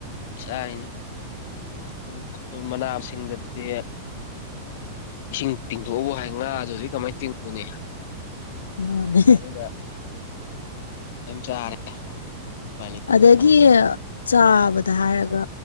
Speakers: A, on the left; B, on the left.
A: ꯆꯥꯔꯤꯅꯤ <unintelligible> ꯃꯅꯥ ꯃꯁꯤꯡꯗꯗꯤ ꯏꯁꯤꯡ ꯇꯤꯡꯊꯣꯎꯕꯨ ꯍꯥꯏ ꯉꯥ ꯗꯨꯗꯤ ꯀꯃꯥꯏ ꯇꯤꯡꯉꯨꯅꯤ
B: ꯃꯥꯅꯦ
A: ꯑꯗꯨꯅ ꯑꯗꯨꯝ ꯆꯥꯔꯦ ꯎꯄꯥꯏ ꯂꯩꯇꯗꯅ
B: ꯑꯗꯒꯤ
A: ꯑꯗꯨꯝ ꯐꯪꯗ꯭ꯔꯝꯅꯤꯅ
B: ꯆꯥꯕꯗ ꯍꯥꯏꯔꯒ